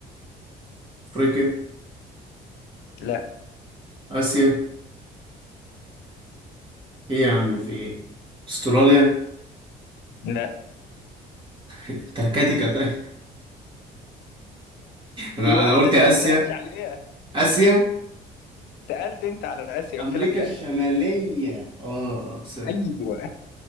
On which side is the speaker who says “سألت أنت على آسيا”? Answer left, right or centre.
Left